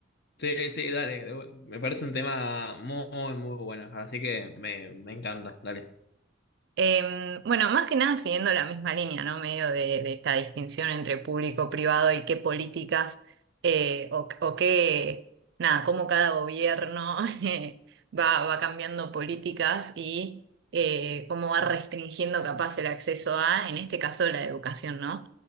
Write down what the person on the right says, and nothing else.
Em, bueno, más que nada siguiendo la misma línea, ¿no? Medio de, de esta distinción entre público-privado y qué políticas eh, o, o qué, nada, cómo cada gobierno <laughs> eh, va, va cambiando políticas y eh, cómo va restringiendo capaz el acceso a, en este caso, la educación, ¿no?